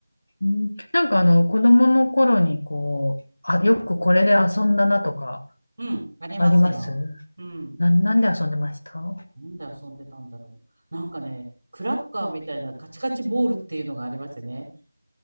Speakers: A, on the left; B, on the right.
A: んなんかあの、
B: うん、
A: 子供の頃にこう、あ、よくこれで遊んだなとか
B: うん、ありますよ。
A: あります
B: うん。
A: な、なんで遊んでましたあ
B: なんで遊んでたんだろう。なんかね、クラッカーみたいなカチカチボールっていうのがありましてね。